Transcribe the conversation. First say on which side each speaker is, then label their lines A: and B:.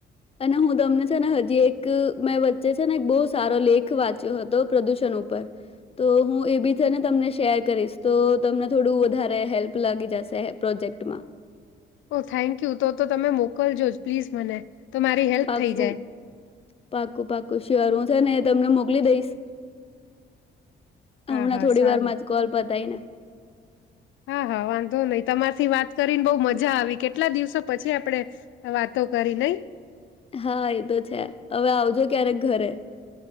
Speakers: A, on the left; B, on the left.
A: અને હું તમને છે ને હજી એક મેં વચ્ચે છે ને એક બહુ સારો લેખ વાંચ્યો હતો પ્રદુષણ ઉપર તો હું એ બી છે ને તમને શેર કરીશ તો તમને થોડું વધારે હેલ્પ લાગી જશે પ્રોજેક્ટમાં.
B: ઓ થેન્ક યુ તો તો તમે મોકલજો જ પ્લીઝ મને. તો મારી હેલ્પ
A: પાકું
B: થઈ જાય.
A: પાકું પાકું શર હું છે ને એ તમને મોકલી દઈશ. હમણાં
B: હા હા
A: થોડી
B: સારું
A: વાર માં જ કોલ પતાય ને
B: હા હા વાંધો નઈ તમારથી વાત કરીને બહ મજા આવી કેટલા દિવસો પછી આપણેે વાતો કરી નઈ.
A: હા એતો છે હવે આવજો ક્યારેક ઘરે.